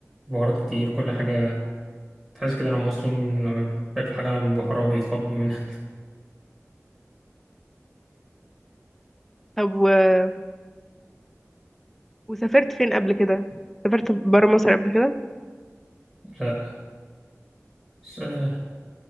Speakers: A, on the right; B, in the centre.
A: بهارات كتير كل حاجة تحس كده إن المصريين لما بياكلوا حاجة مبهرة بيتخضوا منها <laughs> كده
B: طب و... وسافرت فين قبل كده سافرت برا مصر قبل كده
A: لا بس آه،